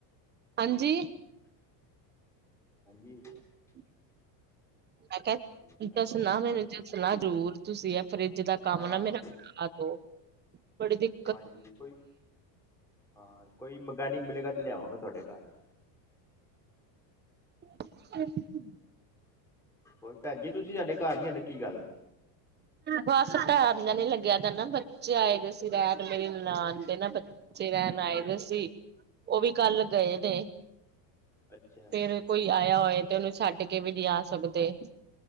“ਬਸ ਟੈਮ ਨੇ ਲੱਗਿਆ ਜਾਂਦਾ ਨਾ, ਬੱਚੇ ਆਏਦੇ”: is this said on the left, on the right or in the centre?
Right